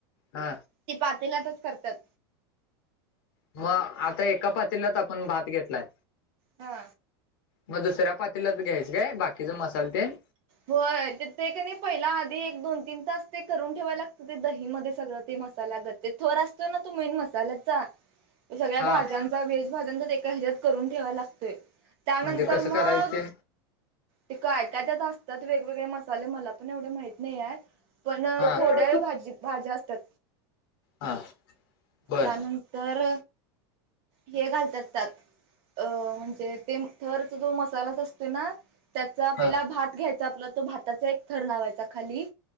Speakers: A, on the left; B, on the right.
A: हा.
B: ती पातेलातच करत्यात.
A: म आता एका पातील्यात आपण भात घेतलाय.
B: हा.
A: मग दुसऱ्या पातेल्यात घ्यायचं काय बाकीचा मसाल तेन?
B: होय तेत कनी पहिला आधी एक दोन तीन तास ते करून ठेवाय लागतं ते दहीमध्ये सगळं. ते मसालागत ते थोरा असतो ना तो मेन मसालाचा सगळ्या
A: हा
B: भाज्यांचा वेज भाज्यांचा एका हेज्यात करून ठेवाला लागतोय. त्यानंतर
A: म्हणजे कसं करायचं
B: मग
A: ते
B: ते काय काय त्यात असतात वेगवेगळे मसाले पण एवढं माहित नाही आहेत पण
A: हा
B: थोड्या भाजीत भाज्या असत्यात.
A: हा. बर
B: त्यानंतर हे घालतात त्यात अ म्हणजे ते थरचा जो मसालाच असतोय ना त्याचा पहिला
A: हा
B: भात घ्यायचा आपला तो भाताचा एक थर लावायचा खाली